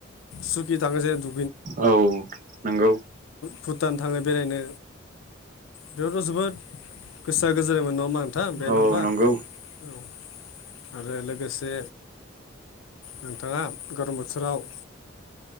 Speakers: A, on the left; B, on the right.
A: सुखि थाङो जे दु
B: औ नंगौ
A: भुटान थाङो बेरायनो बेयावथ' जोबोद गोसोआ गोजोनाय मोनो नङा होमबा नोंथां बेरायनो
B: औ औ
A: थांबा
B: नंगौ
A: औ आरो लोगोसे नोंथाङा गरम बोथोराव ओ